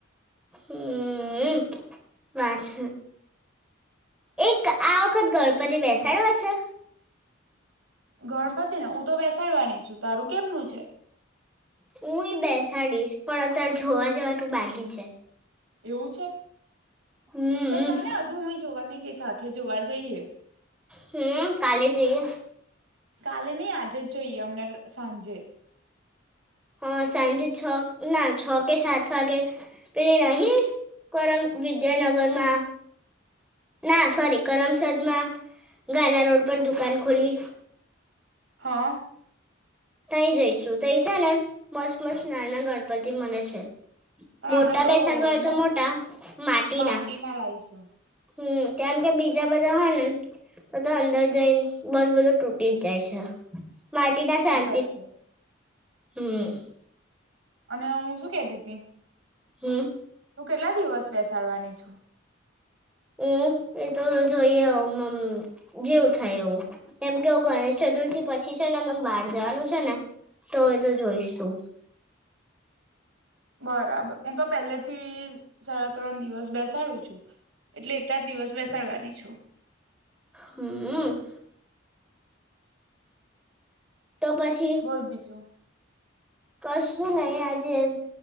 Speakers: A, in the centre; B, on the right.
A: હમ, વાછ, એક આ વખત ગણપતિ બેસાડવા છે?
B: ગણપતિ ને હું તો બે વસાડવાની છું તારું કેમનું છે?
A: હું એ બેસાડીશ પણ અત્યારે જોવા જવા તો બાકી છે.
B: એવું છે,
A: હમ
B: તો ચલને હજુ હુંય જોવા ન ગસ સાથે જોવા જઈએ.
A: હમ કાલે જઈએ.
B: કાલે નહી આજે જોય અનાર સાંજે.
A: હા સાંજે છ ના છ કે સાત વાગે, પેલી નહી કરમ વિદ્યાનગરમાં, ના સોરી કરમસદ માં ગાના રોડ પર દુકાન ખોલી.
B: હા.
A: તય જઈશું તય છે ને મસત મસ્ત નાના ગણપતિ મળે છે.
B: પણ
A: મોટા
B: આપડે તો
A: બેસાડવાય
B: મ
A: તો મોટા માટી
B: માટીના
A: ના.
B: લાઈશું
A: હમ કેમ કે બીજા બધા હોય ને, તો તો અંદર જઈ બસ બધું તૂટી જ જાય છે. માટીના સન
B: અચ્છા.
A: હમ.
B: અને હું શું કેતી હતી.
A: હમ.
B: તું કેટલા દિવસ બેસાડવાની છું?
A: હ એતો જોઈએ હમ જેવું થાય એવું કેમ કે હ ગણેશ ચતુર્થી પછી છે ને મમ બહાર જવાનું છે ને, તો એ તો જોઈશું.
B: બરાબર હું તો પહેલેથી સાડા ત્રણ દિવસ બેસાડું છું, એટલે એટલા જ દિવસ બેસાડવાની છું.
A: હમ. તો પછી
B: બોલ બીજું.
A: કશું નહી આજે એમ